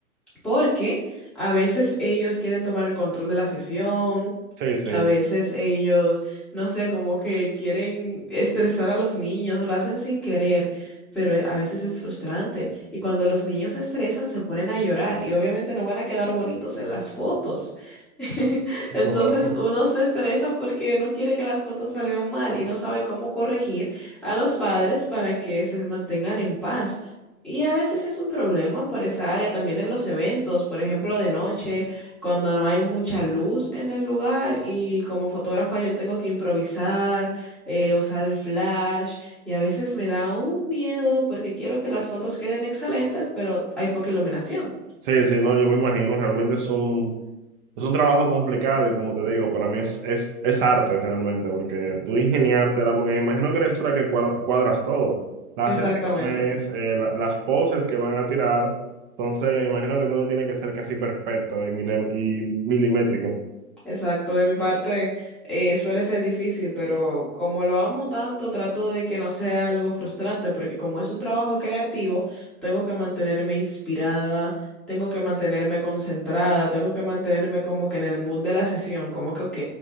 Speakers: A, in the centre; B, on the right.
A: porque a veces ellos quieren tomar el control de la sesión,
B: Sí, sí.
A: a veces ellos, no sé, como que quieren estresar a los niños, lo hacen sin querer, pero eh, a veces es frustrante. Y cuando los niños se estresan, se ponen a llorar y obviamente no van a quedar bonitos en las fotos. <laughs> Entonces
B: trabajo.
A: uno se estresa porque no quiere que las fotos salgan mal y no sabe cómo corregir a los padres para que se mantengan en paz. Y a veces es un problema para esa área, también en los eventos, por ejemplo, de noche, cuando no hay mucha luz en el lugar y como fotógrafa yo tengo que improvisar, eh, usar el flash y a veces me da un miedo porque quiero que las fotos queden excelentes, pero hay poca iluminación.
B: Sí, sí, no, yo me imagino, realmente es un, es un trabajo complicado y como te digo, para mí es, es, es arte realmente, porque tú ingeniártela, porque me imagino que eres tú la que cuadra- cuadras todo, las
A: Exactamente.
B: sesiones, eh, la- las poses que van a tirar, entonces me imagino que todo tiene que ser casi perfecto y, mili- y milimétrico.
A: Exacto, de mi parte eh, suele ser difícil, pero como lo amo tanto, trato de que no sea algo frustrante, porque como es un trabajo creativo, tengo que mantenerme inspirada, tengo que mantenerme concentrada, tengo que mantenerme como que en el mood de la sesión, como que, ok,